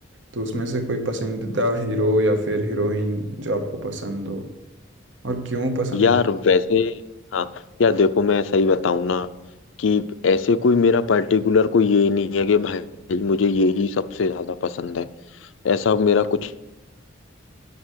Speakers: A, on the right; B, on the left.
A: तो उसमें से कोई पसंदीदा हीरो या फिर हीरोइन जो आपको पसंद हो और क्यों पसंद
B: यार
A: है
B: वैसे हाँ यार देखो मैं सही बताऊं ना कि ऐसे कोई मेरा पर्टिकुलर कोई ये नहीं है कि भाई मुझे ये ही सबसे ज्यादा पसंद है ऐसा मेरा कुछ